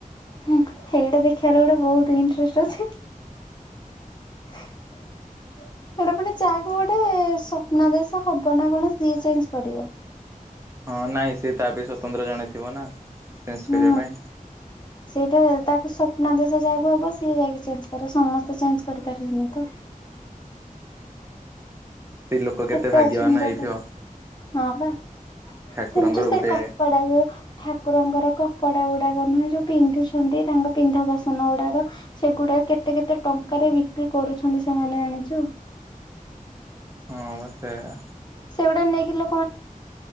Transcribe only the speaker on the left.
ହୁଁ ସେଇଟା ଦେଖିବାର ଗୋଟେ ବହୁତ ଇଣ୍ଟ୍ରେଷ୍ଟ ଅଛି। ସେଟା ପୁଣି ଯାହାକୁ ଗୋଟେ ସ୍ୱପ୍ନାଦେଶ ହବ ନା କଣ ସିଏ ଚେଞ୍ଜ କରିବ।
ହୁଁ
ସେଇଟା ତାକୁ ସ୍ୱପ୍ନଦେଶ ଯାହା ହବ ସିଏ ଯାଇକି ଚେଞ୍ଜ କରିବ। ସମସ୍ତେ ଚେଞ୍ଜ କରିପାରିବେନି ତ।
କେତେ
ଅଛି ମିରାକଲ।
ହଁ ବା <unintelligible>
ସେ
କପଡା ଯୋଉ ଠାକୁରଙ୍କର କ ପଡା ଗୁଡାକ ନୁହେଁ ଯୋଉ ପିନ୍ଧୁଛନ୍ତି ତାଙ୍କ ପିନ୍ଧା ବସନ ଗୁଡ଼ାକ ସେଗୁଡାକ କେତେ କେତେ ଟଙ୍କା ଉଠେ ବିକ୍ରି କରୁଛନ୍ତି ସେମାନେ ଜାଣିଛ?
ସେଗୁଡ଼ା ନେଇକି ଲୋକ।